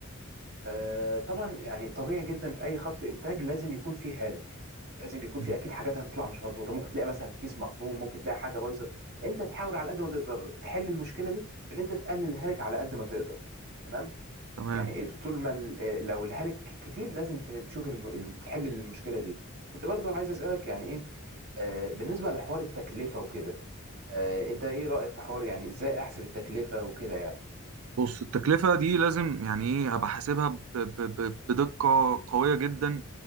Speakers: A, on the right; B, on the right.
A: آه، طبعا يعني طبيعي جدا في اي خط انتاج لازم يكون فيه هالك لازم يكون
B: مم.
A: فيه اكيد حاجات هتطلع مش مظبوطه ممكن تلاقي مثلا كيس مخروم ممكن تلاقي حاجه بايظه انت تحاول على قد ما تقدر تحل المشكله دي بان انت تقلل الهالك على قد ما تقدر تمام
B: تمام
A: يعني طول ما ال- آه، لو الهالك كتير لازم ت- تشوف الم... الم- تحل المشكله دي كنت برضو عايز اسالك يعني ايه آه، بالنسبه لحوار التكلفه وكده آه، انت ايه رايك في حوار يعني ازاي احسب التكلفه وكده يعني
B: بص التكلفة دي لازم يعني ايه ابقى حاسبها ب- ب- ب- بدقة قوية جدا